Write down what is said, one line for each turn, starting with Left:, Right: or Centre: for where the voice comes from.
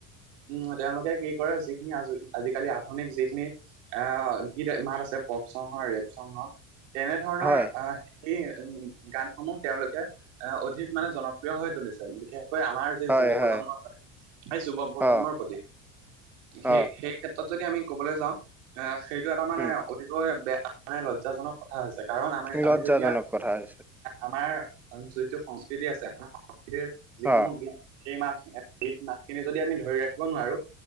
Right: উম তেওঁলোকে কি কৰে, যিখিনি আজি আজি-কালি আধুনিক যিখিনি অ গীত মাত আছে পপচং হক, ৰেপচং হক তেনেধৰণৰ
Centre: হয়,
Right: আ এই উন গানসমূহ তেওঁলোকে এ অধিক মানে জনপ্ৰিয় হৈ তুলিছে। বিশেষকৈ আমাৰ যুৱ
Centre: হয়,
Right: প্ৰজন্ম
Centre: হয়,
Right: আছে, সেই যুৱ প্ৰজন্মৰ
Centre: অ,
Right: প্ৰতি
Centre: অ,
Right: সেই সেই ক্ষে যদি আমি কবলৈ যাওঁ এ সেইটো এটা মানে
Centre: উম,
Right: অতিকৈ বেয়া মানে লজ্জাজনক কথা হৈছে কাৰণ আমাৰ
Centre: লজ্জাজনক
Right: আমি যেতিয়া
Centre: কথা হৈছে,
Right: আমাৰ যিটো সংস্কৃতি আছে আমাৰ সংস্কৃতিৰ যিসমূহ
Centre: অ,
Right: গীত সেই মাত গীত মাতখিনি যদি আমি ধৰি ৰাখিব নোৱাৰো